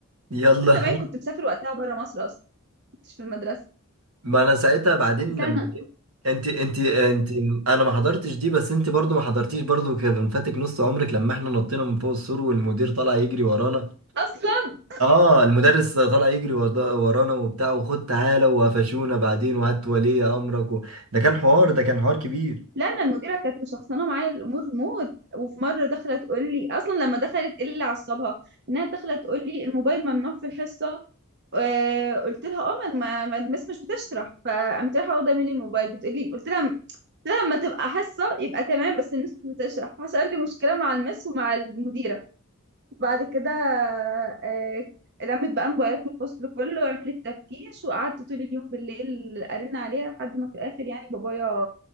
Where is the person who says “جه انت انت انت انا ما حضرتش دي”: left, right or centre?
Right